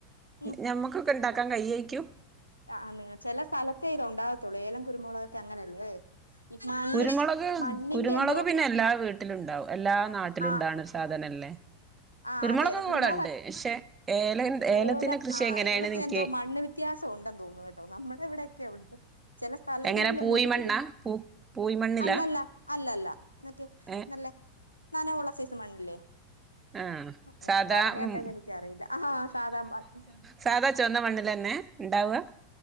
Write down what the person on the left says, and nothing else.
ഉം
ആഹ് ഇനി ചില സ്ഥലത്തേ ഇത് ഉണ്ടാകത്തുള്ളൂ ഏലം കുരുമുളൊക്കെ അങ്ങനെയല്ലേ ഈ മണ്ണ്
മണ്ണിന്റെ
എന്തോ
ആഹ്
ആഹ്
അതെ അതെ
കുരുമുളക്
അത്-
ഏലം
ആഹ്
ഏലത്തിന്
എന്തോ മണ്ണ് വ്യത്യാസം ഉണ്ടെന്ന് തോന്നുന്നു കേട്ടോ നമ്മുടെ ഇവിടൊക്കെ ഉണ്ട് ചില സ്ഥലങ്ങളിലൊന്നും
അത്
പിടിക്കും
അല്ലല്ല അല്ലല്ല മറ്റേ എന്നല്ലേ
നനവുള്ള സൈസ് മണ്ണില്ലേ
എങ്ങനെ
പറഞ്ഞരണ്ടന്ന്
എനിക്കറിയില്ല ആഹ് സാദാ മണ്ണ്